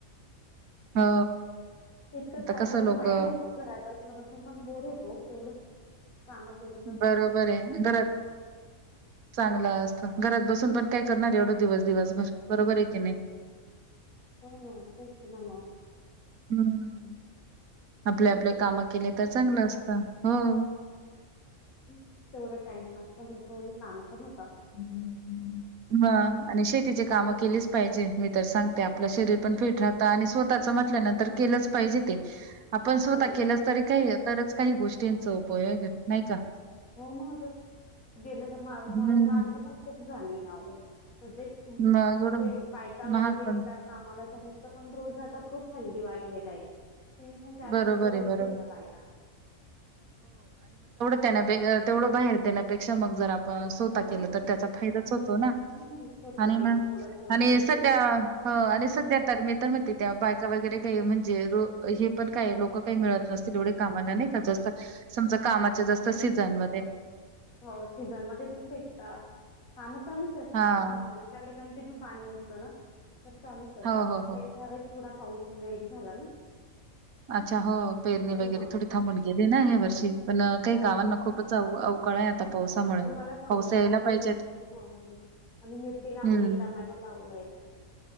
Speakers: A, on the right; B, on the left.
A: हो
B: तितकंच
A: आता
B: आपला
A: कसं
B: पण
A: लोक
B: व्यायाम होतो घरात बसण्या बसून पण बोर होतो तेवढंच कामं केली तर चांगले
A: बरोबर
B: असतात.
A: आहे घरात चांगलं असत घरात बसून पण काय करणार एवढं दिवस दिवसभर बरोबर आहे की नाही
B: ह तेच ना म
A: हम् आपल्या
B: तेच
A: आपल्या काम केले तर चांगलं असतं हो
B: तेवढा टाइमपास पण होतो आणि काम पण होतात
A: ह आणि शेतीचे काम केलीच पाहिजे मी तर सांगते आपलं शरीर पण फिट राहत आणि स्वतः च म्हटल ना तर केलंच पाहिजे ते आपण स्वतः
B: हो
A: केलंच तरी काही तरच काही गोष्टींचा उपयोग आहे नाही का
B: हो मग गेलं तर माग
A: हम्म.
B: बाहेर मागणी पण खूप झाली ना बायका
A: मग एवढं महाग
B: वगैरे
A: पण
B: येत कामाला त्यांच पण रोज आता खूप हल्ली वाढलेला आहे तीनशे चारशे
A: बरोबर
B: रुपये रोज
A: आहे, बरोबर.
B: घेतात बायका
A: त्याना तेवढं बाहेर देण्यापेक्षा मग जर आपण स्वतः
B: हं
A: केलं तर त्याचा फायदाच होतो ना
B: हं स्वतः
A: आणि
B: केलं
A: मग
B: थोडं थोडं
A: आणि
B: तरी
A: सध्या
B: होत.
A: ह आणि सध्या तर मी तर म्हणते त्या बायका वगैरे काही म्हणजे हे पण काय लोक काही मिळत तील एवढे कामांना नाही का जास्त समजा कामाच्या जास्त सीझन मध्ये
B: हो सीझन मध्ये पण भेटतं काम चालूच असतात
A: हां.
B: अस समज आमच्याकडे पाणी असतं ना तर चालूच असतं
A: हो,
B: फक्त
A: हो, हो.
B: ह्या वेळेस थोडा पाऊस लेट झाला ना
A: अच्छा हो पेरणे
B: ह
A: वगैरे थोडी थांबून गेले ना ह्या वर्षी पण काही
B: ह
A: गावानं खूपच च अवकाळ आहे आता पावसामुळे
B: तुम्हाला सांगतायत
A: पाऊस यायला
B: आम्ही मिरची
A: पाहिजेत
B: हो हो हो आम्ही मिरची लावली
A: हं.
B: टमॅटो लावलय